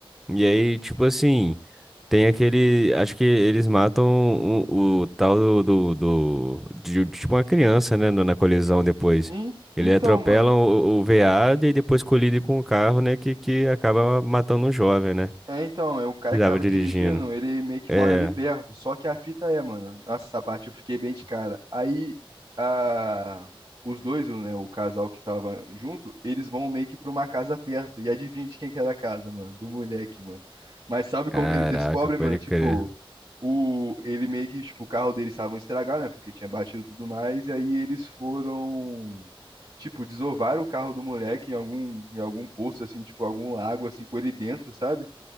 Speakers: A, in the centre; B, on the right.
A: E aí, tipo assim, tem aquele. Acho que eles matam o, o tal do, do, do- de, de- tipo uma criança, né? Na na colisão depois.
B: En-
A: Ele
B: Então,
A: atropela
B: mano.
A: o, o veado e depois colide com o carro, né? Que, que acaba matando um jovem, né?
B: É, então, é o cara
A: Que
B: que
A: tava
B: tava
A: dirigindo.
B: dirigindo, ele meio que
A: É.
B: mora ali perto. Só que a fita é, mano. Nossa, essa parte eu fiquei bem de cara. Aí, a... os dois, o, né, o casal que tava junto, eles vão meio que pra uma casa perto. E adivinha de quem que era a casa, mano? Do moleque, mano. Mas sabe como
A: Caraca,
B: que eles descobrem,
A: pode
B: mano? Tipo.
A: crer.
B: o, ele meio que, tipo, o carro deles estava estragado, né? Porque tinha batido e tudo mais. E aí eles foram, tipo, desovaram o carro do moleque em algum, em algum poço, assim, tipo, algum lago, assim, com ele dentro, sabe?